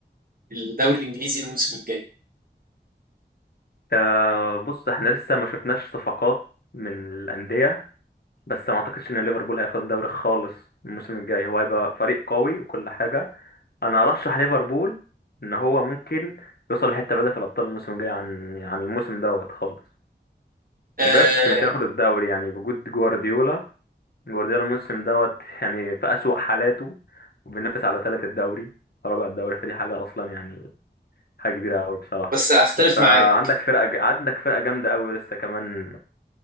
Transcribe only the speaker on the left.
آه بص احنا لسه ما شفناش صفقات من الأندية بس ما أعتقدش إن ليفربول هياخد الدوري خالص الموسم الجاي هو هيبقى فريق قوي وكل حاجة أنا أرشح ليفربول إن هو ممكن يوصل لحتة بعيدة في الأبطال الموسم الجاي عن عن الموسم دوت خالص
بس مش هياخد الدوري يعني بوجود جوارديولا جوارديولا الموسم دوت يعني في أسوأ حالاته وبينافس على تالت الدوري رابع الدوري فدي حاجة أصلا يعني حاجة كبيرة أوي بصراحة
فعندك
فرقة ج... عندك فرقة جامدة أوي لسه كمان